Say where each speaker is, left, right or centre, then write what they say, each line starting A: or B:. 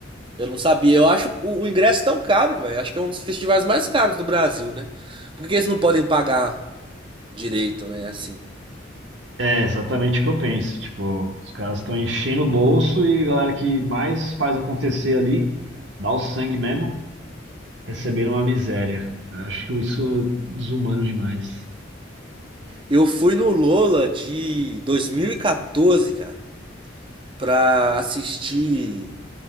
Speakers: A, on the right (about 25°); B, on the right (about 75°).
A: Eu não sabia. Eu acho o, o ingresso tão caro, velho. Acho que é um dos festivais mais caros do Brasil, né? Por que eles não podem pagar direito, né? Assim.
B: É exatamente o que eu penso. Tipo, os caras estão enchendo o bolso e a galera que mais faz acontecer ali, dá o sangue mesmo, recebendo uma miséria. Eu Acho que isso é desumano demais.
A: Eu fui no Lola de 2014, cara, pra assistir.